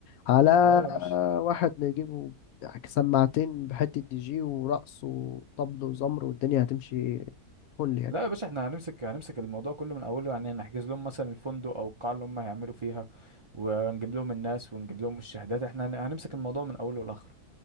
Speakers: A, on the left; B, on the right.
A: على
B: اه يا باشا
A: واحد نجيبه يعني سماعتين بحتة دي جي ورقص وطبل وزمر والدنيا هتمشي فل يعني
B: لا يا باشا احنا هنمسك هنمسك الموضوع كله من اوله يعني نحجز لهم مثلا الفندق او القاعة اللي هم هيعملوا فيها ونجيب لهم الناس ونجيب لهم الشهادات احنا هن- هنمسك الموضوع من اوله لاخره